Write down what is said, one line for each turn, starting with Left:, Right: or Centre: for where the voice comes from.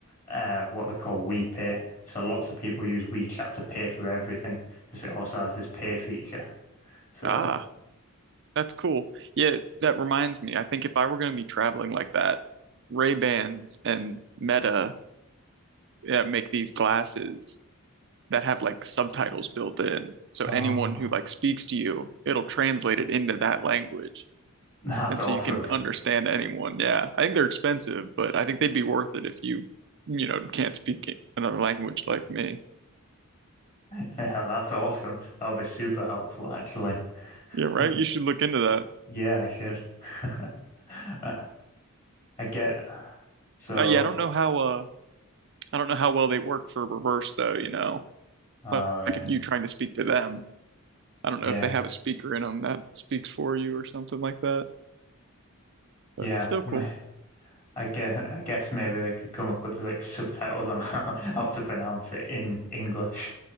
Left: uh, what they call WePay. So lots of people use WeChat to pay for everything because it also has this pay feature. So.
Right: Ah, that's cool. Yeah, that reminds me. I think if I were going to be traveling like that, Ray-Bans and Meta, yeah, make these glasses. that have like subtitles built in. So
Left: Ah,
Right: anyone who like speaks to you, it'll translate it into that language.
Left: <laughs> that's
Right: And
Left: awesome.
Right: so you can understand anyone. Yeah. I think they're expensive, but I think they'd be worth it if you, you know, can't speak another language like me.
Left: Yeah, that's awesome. That'll be super helpful, actually.
Right: Yeah, right.
Left: <laughs>
Right: You should look into that.
Left: Yeah, I should. <laughs> I I get so.
Right: Uh, yeah, I don't know how uh I don't know how well they work for reverse though, you know.
Left: Oh
Right: Like,
Left: yeah,
Right: like if you trying to speak to them, I don't
Left: yeah,
Right: know if they have a speaker in them that speaks for you or something like that, but
Left: yeah.
Right: still cool.
Left: m- I guess I guess maybe they could come up with like subtitles on <laughs> how how to pronounce it in English,